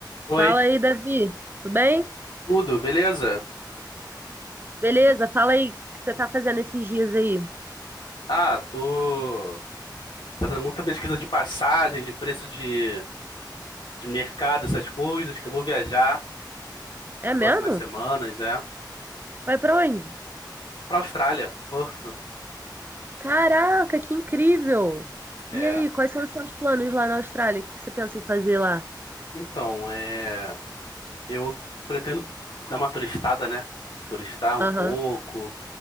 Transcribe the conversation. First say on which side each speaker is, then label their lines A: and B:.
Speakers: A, on the left; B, on the right.
A: Oi,
B: Fala aí, Davi. Tudo bem?
A: tudo, beleza?
B: Beleza, fala aí o que você tá fazendo esses dias aí.
A: Ah, tô fazendo muita pesquisa de passagem, de preço de, de mercado, essas coisas, que eu vou viajar
B: É
A: nas
B: mesmo?
A: próximas semanas, é.
B: Vai pra onde?
A: Pra Austrália, Perth,
B: Caraca, que incrível!
A: é.
B: E aí, quais são os seus planos lá na Austrália? O que que você pensa em fazer lá?
A: Então, é. Eu pretendo dar uma turistada, né? Turistar um
B: Aham,
A: pouco,